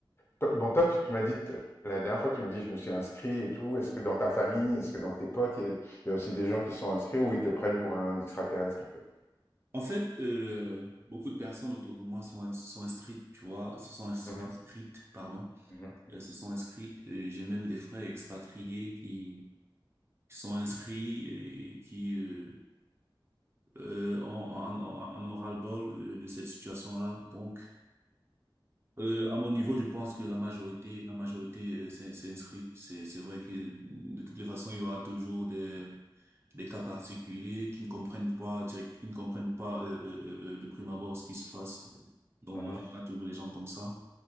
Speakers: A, on the left (about 25°); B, on the right (about 30°).
A: toi- Bon, toi, tu, tu m'as dit, t- la dernière fois, tu m'as dit, je me suis inscrit et tout. Est-ce que dans ta famille, est-ce que dans tes potes, il y, a il y a aussi des gens qui sont inscrits ou ils te prennent pour un extraterrestre, en fait?
B: En fait, euh, beaucoup de personnes autour de moi sont, sont inscrites, tu vois, se sont ins-
A: Mhm,
B: inscrites, pardon,
A: mhm,
B: elles se sont inscrites. Euh, J'ai même des frères expatriés qui, qui sont inscrits et qui euh, euh, en, en, en, en ont ras-le-bol euh, de cette situation-là. Donc, euh, à mon niveau,
A: mhm.
B: je pense que la majorité, la majorité euh, s'est s'est inscrite. C'est, c'est vrai que de toutes les façons, il y aura toujours des des cas particuliers qui ne comprennent pas direct, qui ne comprennent pas euh, euh, euh, euh, de prime abord ce qui se passe. Donc,
A: Mhm,
B: j'ai pas toujours les gens comme ça.